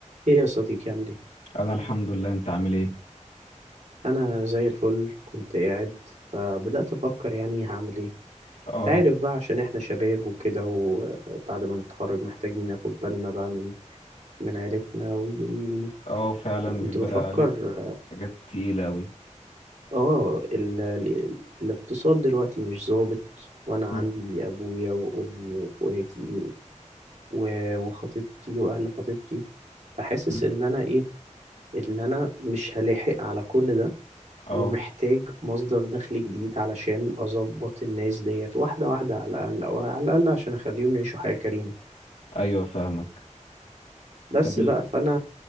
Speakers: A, on the right; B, on the left.
A: ايه يا صديقي عامل ايه
B: انا الحمد لله انت عامل ايه
A: انا زي الفل كنت قاعد فبدأت افكر يعني هعمل ايه
B: اه
A: تعرف بقى عشان احنا شباب وكده وبعد ما نتخرج محتاجين ناخد بالنا بقى من من عيلتنا وي وي وي
B: اه فعلا
A: فكنت
B: بيبقى
A: بفكر
B: عليك حاجات تقيلة اوي
A: اه ال... ال... الاقتصاد دلوقتي مش ظابط وانا عندي
B: م-
A: ابويا وامي واخواتي و... و- وخطيبتي واهل خطيبتي فحاسس
B: م.
A: ان انا ايه ان انا مش هلاحق على كل ده
B: اه
A: ومحتاج مصدر دخل جديد علشان أظبط الناس ديت واحدة واحدة على الأقل أو على الأقل عشان أخليهم يعيشوا حياة كريمة
B: ايوه فاهمك
A: بس
B: طب ال-
A: بقى فأنا